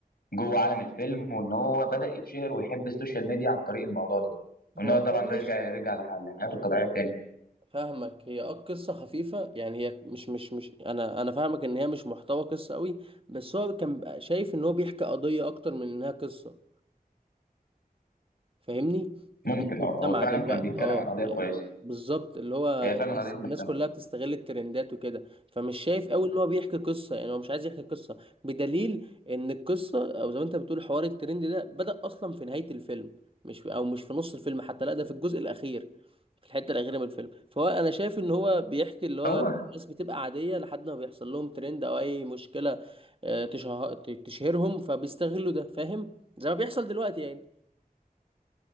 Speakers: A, on the left; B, on the right.
A: جوه عالم الفيلم وان هو بدا يتشهر ويحب السوشيال ميديا عن طريق الموضوع ده وان
B: هو
A: هو طبعا
B: اه ماشي
A: رجع يرجع لح- لحياته الطبيعيه تاني
B: فاهمك هي اه قصة خفيفة يعني هي مش مش مش انا انا فاهمك ان هي مش محتوى قصة قوي بس هو كان بقى شايف ان هو بيحكي قضية اكتر من انها قصة فاهمني
A: ممكن
B: قضية مجتمع
A: اه هو فعلا
B: دلوقتي
A: كان بيتكلم
B: اه
A: عن قضيه
B: يعني
A: كويسه
B: بالظبط اللي هو
A: هي فعلا
B: الناس
A: قضيه مهتمه
B: الناس كلها بتستغل الترندات وكده فمش شايف قوي ان هو بيحكي قصة يعني هو مش عايز يحكي قصة بدليل ان القصة او زي ما انت بتقول حوار الترند ده بدأ اصلا في نهاية الفيلم مش في او مش في نص الفيلم حتى لا ده في الجزء الاخير في الحتة الاخيرة من الفيلم فهو انا شايف ان هو بيحكي اللي هو
A: هو
B: الناس بتبقى عادية لحد ما بيحصل لهم ترند او اي مشكلة آه، تشه- تشهرهم فبيستغلوا ده فاهم زي ما بيحصل دلوقتي يعني